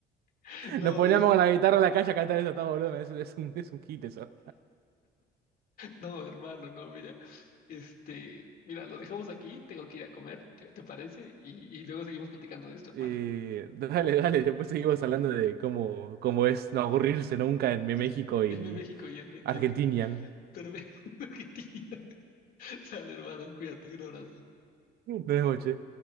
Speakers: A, on the left (about 60°); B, on the right (about 70°).
A: <laughs> No,
B: Nos poníamos con la guitarra en la calle a cantar eso a todo volumen. Es, es un, es un hit eso.
A: No, hermano, no, mira. Este, mira, lo dejamos aquí, tengo que ir a comer, ¿te, te parece? Y, y luego seguimos platicando de esto, hermano.
B: Eh, dale, dale. Después seguimos hablando de cómo, cómo es no aburrirse nunca en México
A: <laughs>
B: y
A: Irme México y Argentina.
B: Argentina.
A: Pero <laughs> Argentina. Sale, hermano, cuídate, un abrazo.
B: Buenas noches.